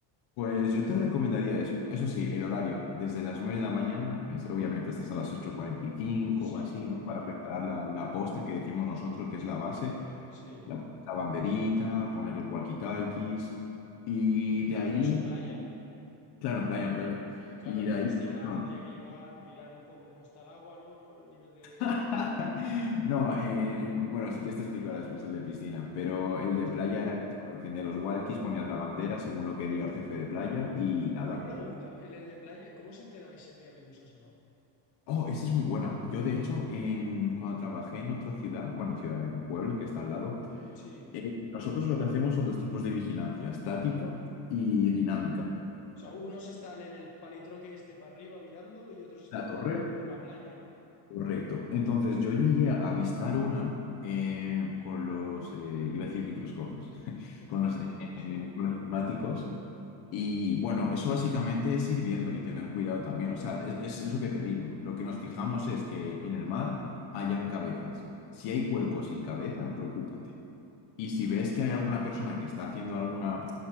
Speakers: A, on the left (about 55°); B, on the left (about 35°).
A: Pues yo te recomendaría eso. Eso sí, el horario, desde las 9 de la mañana, es, obviamente estás a las ocho cuarenta y cinco
B: Sí,
A: o así,
B: porque
A: ¿no? Para preparar la, la posta que decimos nosotros, que es la base,
B: sí.
A: la, la banderita, poner los walkie-talkies y de
B: Claro,
A: ahí,
B: pero eso en playa.
A: claro, en playa, en playa.
B: Claro,
A: Y
B: yo
A: de
B: en
A: ahí,
B: piscina
A: no,
B: tendría que llegar, mirar un poco cómo está el agua, ¿no? El nivel de...
A: <laughs>
B: eh,
A: no, eh, en- bueno, sí que te explico ahora después el de piscina, pero el de
B: sí.
A: playa era eso, encender los walkies, ponías la bandera según lo que diga el jefe de playa y nada.
B: Una pregunta, en el de playa, ¿cómo se enterabais si había medusas o no?
A: Oh, esta es muy buena. Yo, de hecho, en, cuando trabajé en otra ciudad, bueno, ciudad, en pueblo que está al lado,
B: Sí.
A: eh, nosotros lo que hacemos son dos tipos de vigilancia, estática y dinámica.
B: O sea, unos están en el palitroque este para arriba mirando y otros están
A: La torre,
B: andando por la playa, ¿no?
A: correcto. Entonces, yo llegué a avistar una eh, con los, eh, iba a decir microscopios,
B: Con los
A: con
B: prismáticos,
A: los, eh,
B: sí.
A: con los prismáticos. Y bueno, eso básicamente es ir viendo y tener cuidado también. O sea, es, es eso que te digo. Lo que nos fijamos es que en el mar hayan cabezas. Si hay cuerpos sin cabeza, preocúpate. Y si ves que hay alguna persona que está haciendo alguna